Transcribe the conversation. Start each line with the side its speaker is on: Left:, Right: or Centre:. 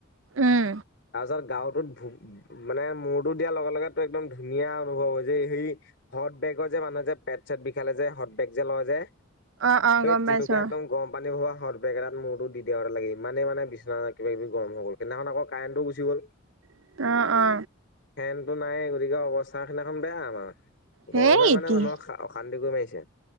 Right: উম
Left: তাৰপিছত গাওটোত মানে মূৰটো দিয়াৰ লগে লগে ত একদম ধুনীয়া অনুভৱ হয় যে সেই হট বেগৰ যে মানুহ যে পেট চেট বিষালে যে হটবেগ যে লয়। যে
Right: অ অ
Left: সেই
Right: গম
Left: তেনেকুৱা
Right: পাইছো
Left: একদম গৰম পানী লোৱা হট বেগ এটাত মৰটো দি দিয়া গোটে লাগে ইমানেই মানে বিছনা কিবি গৰম হৈ গ'ল সেইদিনাখন আক কাৰেনটো গুচি গ'ল।
Right: অ অ অ
Left: ফেনতটো নাই গতিকে অৱস্থা সেইদিনাখন বেয়া আমাৰ
Right: সেই
Left: গৰমে
Right: এতিয়া
Left: মানে মানুহক অশান্তি কৰি মাৰিছে।